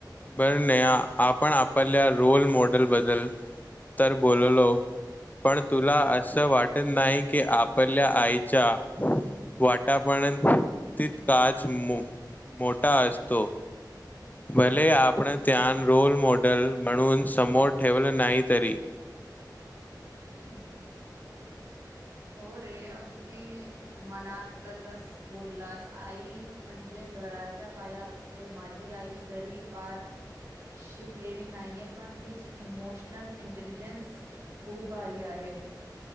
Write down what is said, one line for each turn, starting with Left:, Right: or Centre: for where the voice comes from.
Left: बर नया आपण आपल्या रोल मॉडेल बद्दल. तर बोललो. पण तुला असं वाटत नाही की आपल्या आईच्या वाटापनेणं ती काच मोठा असतो भले आपण त्यान रोल मॉडेल म्हणून समोर ठेवलं नाही तरी,
Right: ह <inaudible> हो रे अगदी मनात लस बोललास आई म्हणजे. घराच्या पाया असते माझी आई जरी फार, शिकलेली नाहीये पण तीच इमोशनल इंटेलिजन्स खूप भारी आहे.